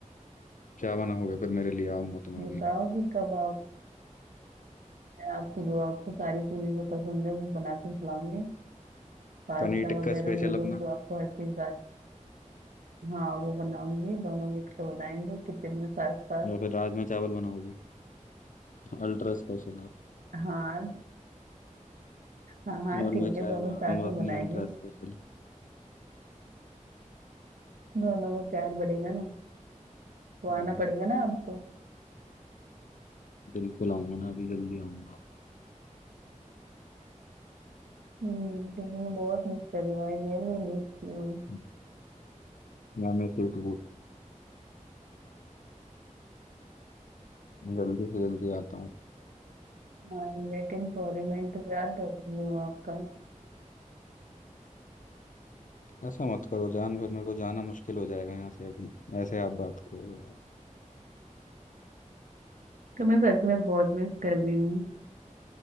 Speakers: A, on the left; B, on the right.
A: क्या बना होगा फिर मेरे लिए आऊंगा तुम
B: बताओ
A: अभी
B: फिर कब आओगे आपकी जो आपको सारी चीजें जो पसंद है वो बना के खिलाऊंगी पास्ता
A: पनीर टिक्का
B: वगैरह
A: स्पेशल
B: नूडल्स
A: अपना
B: जो आपको हर चीज हाँ वो बनाऊंगी दोनों मिलकर बनाएंगे किचन में साथ साथ
A: या फिर राजमा चावल बना होगा अल्ट्रा स्पेशल आप
B: हाँ हाँ हाँ
A: और
B: ठीक
A: मैं
B: है
A: चाय
B: दोनों
A: बना
B: साथ
A: दूंगा
B: में
A: अपनी
B: बनाएंगे
A: अल्ट्रा
B: ना
A: स्पेशल
B: दोनों में प्यार बढ़ेगा ना तो आना
A: हम्म,
B: पड़ेगा ना आपको
A: बिल्कुल आऊंगा ना अभी जल्दी आऊंगा
B: हम्म क्योंकि मैं बहुत मिस कर रही हूँ I really miss you
A: हम्म, या मैं फिर तो जल्दी से जल्दी आता हूँ
B: I am waiting for you मैं इंतजार कर रही हूँ आपका
A: ऐसा मत करो जान फिर मेरे को जाना मुश्किल हो जाएगा यहाँ से अभी ऐसे आप बात करोगे तो
B: तो मैं सच में बहुत मिस कर रही हूँ